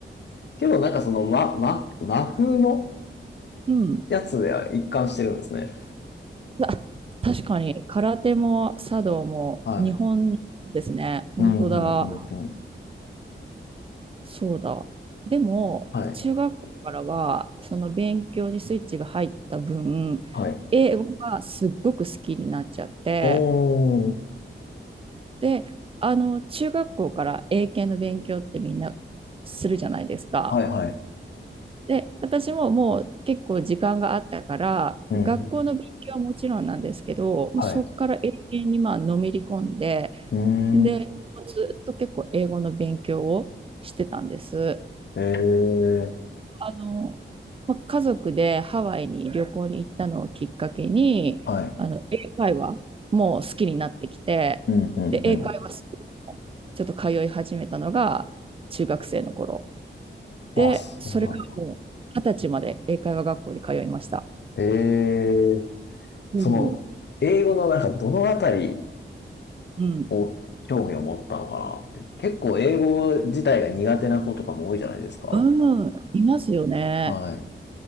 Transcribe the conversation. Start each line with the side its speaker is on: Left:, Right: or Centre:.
Left: けどなんかその、ま、ま、和風の
Right: うん。
Left: やつでは一貫してるんですね。
Right: あ確かに、空手も茶道も日本ですね。
Left: はい。
Right: 本当だ。
Left: うん、うん、うん、うん。
Right: そうだ。でも、
Left: はい。
Right: 中学校からは、その勉強にスイッチが入った分、
Left: はい。
Right: 英語がすっごく好きになっちゃって、
Left: おー。
Right: で、あの、中学校から英検の勉強ってみんなするじゃないですか。
Left: はい、はい。
Right: で、私ももう結構時間があったから、
Left: うん。
Right: 学校の勉強はもちろんなんですけど、もうそこから英検にまあのめり込んで、
Left: はい。うーん。
Right: で、ずっと結構英語の勉強をしてたんです。
Left: えー。
Right: あの、まあ、家族でハワイに旅行に行ったのをきっかけに、
Left: はい。
Right: あの、英会話もう好きになってきて、
Left: うん、うん、
Right: で、英会話スクールもちょっと通い始めたのが中学生の頃。
Left: うん。あ、
Right: で、
Left: そうなんだ。
Right: それがもう二十歳まで英会話学校に通いました。
Left: えー。
Right: うん、
Left: その、英語のなんかどのあたり
Right: うん、
Left: を興味を持ったのかなって。結構英語自体が苦手な子とかも多いじゃないですか。
Right: うん、いますよね。
Left: はい。